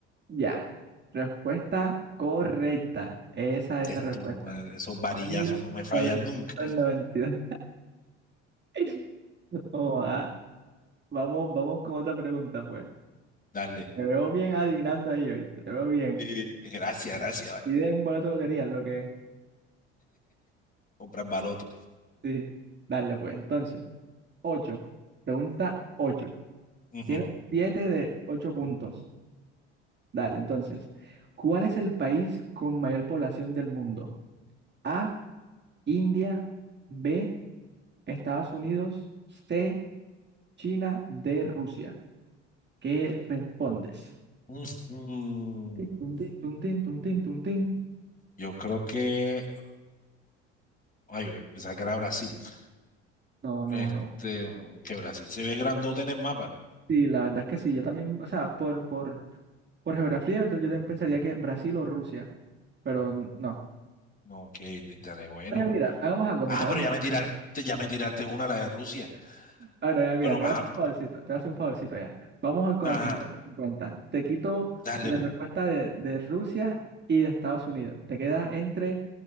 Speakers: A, on the right; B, on the left.
A: Ya. Respuesta correcta. Esa
B: Te-
A: es la respuesta.
B: tú, eh, esos varillazos
A: mil
B: no me fallan
A: cuatrocientos
B: nunca.
A: noventa y dos <laughs> Oh, ah. Vamos, vamos con otra pregunta, pues.
B: Dale.
A: Te veo bien adivinando ahí, hoy te veo bien.
B: Eh, gracias, gracias, vale.
A: Y de un boleto de lotería, lo que
B: Comprar baloto.
A: Sí, dale pues. Entonces, ocho Pregunta ocho
B: Ujú.
A: Tienes 7 de 8 puntos. Dale, entonces, ¿cuál es el país con mayor población del mundo? A, India, B, Estados Unidos, C, China, D, Rusia. ¿Qué respondes?
B: Ujú.
A: Tin, tun, tin, tun, tin, tun, tin, tun, tin.
B: Yo creo que. Ay, yo pensaba que era Brasil.
A: No, no,
B: Este,
A: no.
B: que Brasil se ve grandote en el mapa.
A: Sí, la verdad es que sí, yo también, o sea, por, por Por geografía, yo yo también pensaría que Brasil o Rusia, pero n- no.
B: No, que estaré bueno.
A: Mira, mira, hagamos algo,
B: Ah,
A: mira,
B: pero
A: hagamos.
B: ya me tiraste, ya me tiraste una, la de Rusia.
A: Ah, no, <laughs> ya, mira,
B: Pero,
A: te
B: ajá,
A: voy a hacer un favorcito, te voy a hacer un favorcito ya. Vamos a- con
B: ajá,
A: el cincuenta cincuenta Te quito
B: dale,
A: la
B: po.
A: respuesta de, de Rusia y de Estados Unidos. Te queda entre